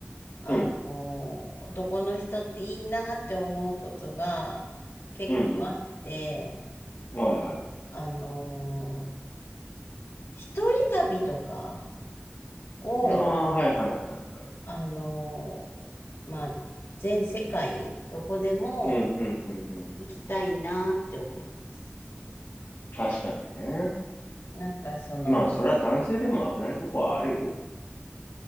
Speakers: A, on the left (about 80°); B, on the left (about 55°).
A: あの、
B: うん。
A: 男の人っていいなって思うことが結構あって、
B: うん、うん。はいはい。
A: あの、一人旅とかを、
B: ああ、はいはいはいはい。
A: あの、まあ、全世界、どこでも
B: うんうんうんうん。
A: 行きたいなって思います。
B: 確かにね。
A: なんかその、
B: まあ、それは男性でも危ないとこはあるよ。